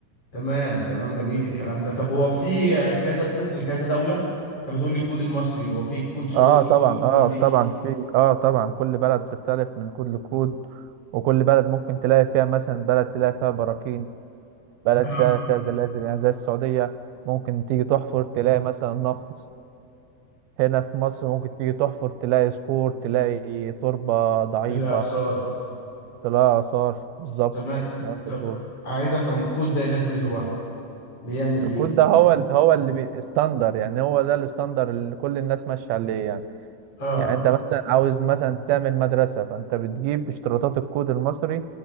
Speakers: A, on the left; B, on the right.
A: تمام تمام جميل الكلام ده طب هو في آه، كذا كود لكذا دولة انت بتقول لي الكود المصري هو في كود سعودي
B: اه طبعا
A: في كود
B: اه
A: امريكي
B: طبعا في اه طبعا كل بلد بتختلف من كود لكود وكل بلد ممكن تلاقي فيها مثلا بلد تلاقي فيها براكين بلد
A: آه،
B: فيها فيها زلازل يعني زي السعودية ممكن تيجي تحفر تلاقي مثلا نفط هنا في مصر ممكن تيجي تحفر تلاقي صخور تلاقي تربة ضعيفة
A: في الآثار
B: تلاقي آثار بالظبط
A: تمام
B: زي ما انت
A: طب
B: بتقول
A: عايز افهم الكود ده إيه لازمته بقى بيعمل ايه
B: الكود ده هو ال- هو اللي بي- standard يعني هو ده الستاندر اللي كل الناس ماشية عليه يعني
A: اه
B: يعني انت مثلا عاوز مثلا تعمل مدرسة فانت بتجيب اشتراطات الكود المصري